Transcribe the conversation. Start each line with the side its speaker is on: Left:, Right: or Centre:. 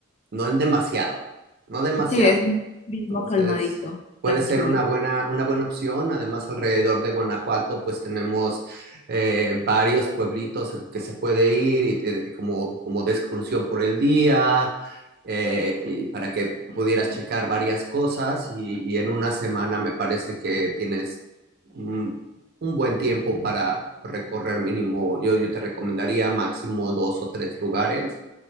Right: no en demasiado, no demasiado.
Left: sí, es un turismo
Right: Entonces,
Left: calmadito,
Right: puede
Left: tranquilo.
Right: ser una buena, una buena opción. Además, alrededor de Guanajuato, pues tenemos eh, varios pueblitos al que se puede ir y, te- como, como de excursión por el día, eh, y para que pudieras checar varias cosas y, y en una semana me parece que tienes un, un buen tiempo para recorrer mínimo, yo, yo te recomendaría máximo dos o tres lugares